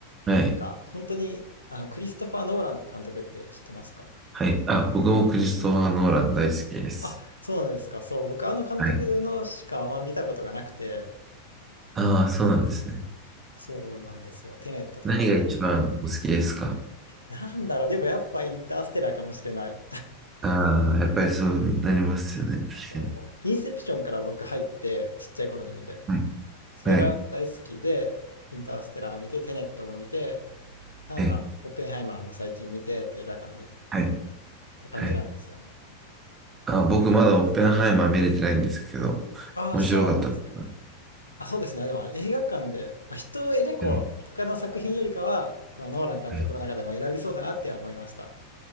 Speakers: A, on the right; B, on the left.
A: はい。
B: なんか本当にあのクリストファー・ノーラン監督って知ってますか
A: はい。あ、僕もクリストファー・ノーラン大好きです。
B: あ、そうなんですか。そう、僕あの監督のしかあんま見たことがなくて、
A: はい。ああ、そうなんですね。
B: そうなんですよ。テネットとか
A: 何が一番お好きですか
B: なんだろう、でもやっぱインターステラーかもしれない。
A: ああ、やっぱりそうになりますよね。
B: <laughs> そう。
A: 確かに。
B: インセプションから僕入って、ちっちゃい頃に見て。
A: はい。
B: それが大好きで、
A: はい。
B: インターステラー見て、テネットも見て、なんか、
A: は
B: オッペンハイマーも最近見てって映画館でっ
A: い。
B: て感じなんですよね。
A: はい。あ、僕まだオッペンハイマー見れてないんですけど、
B: ああ、
A: 面白かったですか。
B: そうなんですか。あ、そうですね。でもあれ映画館で、まあ人を結構他の作品よりかは、
A: はい。
B: このノーラン監督の中でも選びそうだなって思いました。
A: はい。